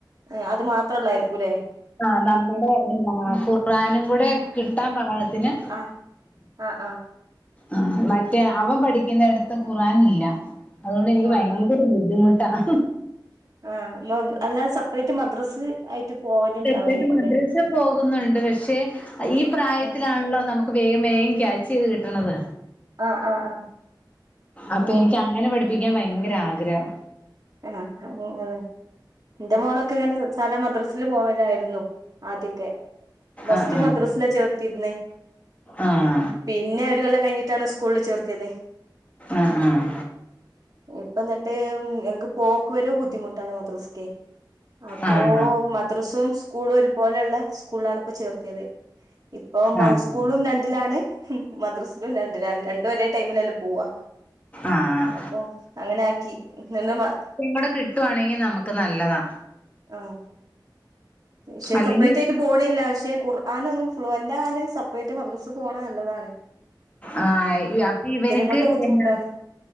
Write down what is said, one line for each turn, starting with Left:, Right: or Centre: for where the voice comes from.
Right: ഏഹ് അത് മാത്രള്ളായിരിക്കൂല്ലെ
Left: ആഹ് നമ്മുടെ എന്നാ ഖുർആനും കൂടെ കിട്ടാൻ പാകത്തിന്
Right: ആഹ് ആഹ് ആഹ്
Left: ആഹ് മറ്റേ അവൻ പഠിക്കുന്ന ഇടത്ത് ഖുർആൻ ഇല്ല അതുകൊണ്ട് എനിക്ക്
Right: ആഹ്
Left: ഭയങ്കര
Right: ആഹ്
Left: ബുദ്ധിമുട്ടാണ്
Right: ആഹ് അല്ലാതെ സപ്പറേറ്റ് മദ്രസ ആയിട്ട് പോവലുണ്ടാവുലേ
Left: സെപ്പറേറ്റ്
Right: ക്കൂടെ
Left: മദ്രസ പോകുന്നുണ്ട് പക്ഷെ ഈ പ്രായത്തിലാണല്ലോ
Right: ആഹ്
Left: നമുക്ക് വേഗം വേഗം ക്യാച്ച് ചെയ്ത് കിട്ടണത്
Right: ആഹ് ആഹ് ആഹ്
Left: അപ്പൊ
Right: ഉം
Left: എനിക്ക് അങ്ങനെ പഠിപ്പിക്കാൻ ഭയങ്കര ആഗ്രഹം
Right: ആഹ് അങ്ങനെ ന്റെ മോളൊക്കെ ഇങ്ങനെ സാദാ മദ്രസയിൽ പോവലായിരുന്നു ആദ്യൊക്കെ ഫസ്റ്റ്
Left: ആഹ്
Right: മദ്രസിലാ ചേർത്തിരുന്നെ
Left: ആഹ്
Right: പിന്നെ ഒരു കൊല്ലം കഴിഞ്ഞിട്ടാണ് സ്കൂളിൽ ചേർത്തിയത്
Left: ആഹ് ആഹ്
Right: ഇപ്പം ന്നിട്ട് മ് ഞങ്ങക്ക് പോക്ക് വരവ് ബുദ്ധിമുട്ടാണ് മദ്രസക്കെ അപ്പൊ
Left: ആഹ്
Right: മദ്രസേം സ്കൂളും ഒരുപോലെ ഇള്ളെ സ്കൂളിലാണ് ഇപ്പ ചേർത്തിയത് ഇപ്പം മ
Left: ആഹ് ആഹ്
Right: സ്കൂളും രണ്ടിലാണ് മദ്രസിലും രണ്ടിലാണ് രണ്ടും ഒരേ ടൈമിലല്ലെ പോവാ
Left: ആഹ്
Right: അപ്പൊ അങ്ങന ആക്കി നിന്ന് മ
Left: ഇവടെ കിട്ടുആണെങ്കി നമുക്ക് നല്ലതാ
Right: ആഹ് പക്ഷെ
Left: അല്ലെങ്കിൽ
Right: സപ്പറേറ്റ് ആയിറ്റ് പോണില്ല പക്ഷെ കുർ ആൻ ഒന്നു ഫ്ളുവെൻ്റാവാൻ സപ്പറേറ്റ് മദ്രസെ പോണെ ന്നല്ലതാണ്
Left: ആഹ് ഇ അപ്പെ ഇവനിക്ക്
Right: കൊണ്ട് ബുദ്ധിമുട്ടാണ്
Left: എങ്ങൻ